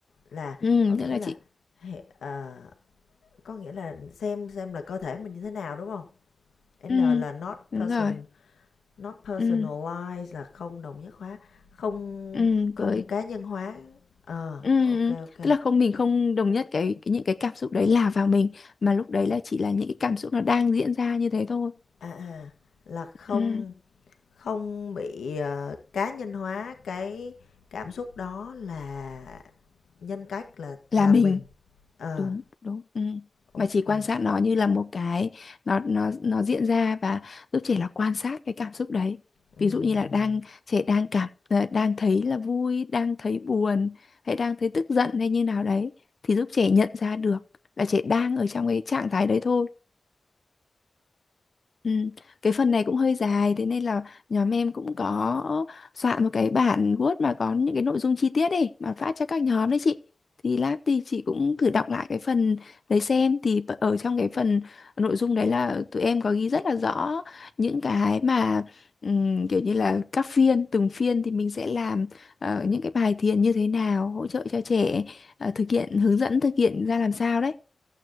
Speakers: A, on the left (about 85°); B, on the left (about 40°).
A: là
B: ừm,
A: có nghĩa
B: tức là
A: là
B: chị
A: hệ- ờ, có nghĩa là xem xem là cơ thể mình như thế nào đúng không?
B: Ừm,
A: N là not
B: đúng
A: person
B: rồi
A: not personalized
B: Ừm,
A: là không đồng nhất hóa, không
B: ừm,
A: không
B: với
A: cá nhân hóa. Ờ,
B: Ừ,
A: à, ok
B: ừ.
A: ok.
B: tức là không mình không đồng nhất cái, cái những cái cảm xúc đấy là vào mình mà lúc đấy là chỉ là những cái cảm xúc nó đang diễn ra như thế thôi
A: À à là không
B: ừ,
A: Không bị, ờ, cá nhân hóa cái cảm xúc đó là nhân cách là
B: là
A: là
B: mình
A: mình. Ờ,
B: đúng đúng ừ.
A: ok
B: mà chỉ quan sát nó như là một cái nó nó nó diễn ra và giúp trẻ là quan sát cái cảm xúc đấy
A: Ừm,
B: ví dụ như là đang trẻ đang cảm ờ, đang thấy là vui đang thấy buồn hay đang thấy tức giận hay như nào đấy thì giúp trẻ nhận ra được là trẻ đang ở trong cái trạng thái đấy thôi Ừ. Cái phần này cũng hơi dài thế nên là nhóm em cũng có soạn một cái bản Word mà có những cái nội dung chi tiết ấy mà phát cho các nhóm đấy chị. Thì lát thì chị cũng thử đọc lại cái phần đấy xem thì b- ở trong cái phần nội dung đấy là tụi em có ghi rất là rõ những cái mà ừm, kiểu như là các phiên từng phiên thì mình sẽ làm ờ, những cái bài thiền như thế nào hỗ trợ cho trẻ ờ, thực hiện hướng dẫn thực hiện ra làm sao đấy.